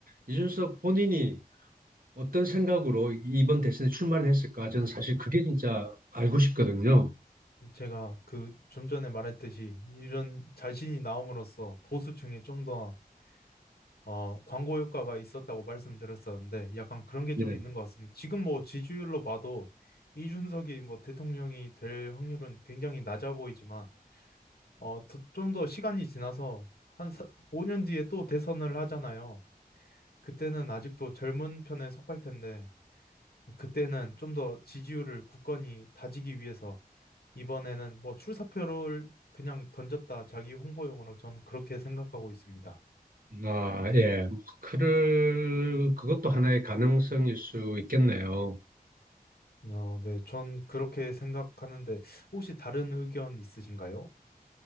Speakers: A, on the right; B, on the left.
A: 이준석 본인이 어떤 생각으로 이번 대선에 출마를 했을까?
B: 음,
A: 저는 사실 그게 진짜 알고 싶거든요.
B: 제가 그 좀 전에 말했듯이 이런 자신이 나옴으로써 보수층에 좀 더 어, 광고 효과가 있었다고 말씀드렸었는데 약간 그런 게
A: 네.
B: 좀 있는 것 같습니다. 지금 뭐 지지율로 봐도 이준석이 뭐 대통령이 될 확률은 굉장히 낮아 보이지만 어, 좀 더 시간이 지나서 한 사- 5년 뒤에 또 대선을 하잖아요. 그때는 아직도 젊은 편에 속할 텐데 그때는 좀 더 지지율을 굳건히 다지기 위해서 이번에는 뭐 출사표를 그냥 던졌다 자기 홍보용으로 전 그렇게 생각하고 있습니다.
A: 아, 예. 그를, 그것도 하나의 가능성일 수 있겠네요.
B: 어, 네, 전 그렇게 생각하는데 혹시 다른 의견 있으신가요?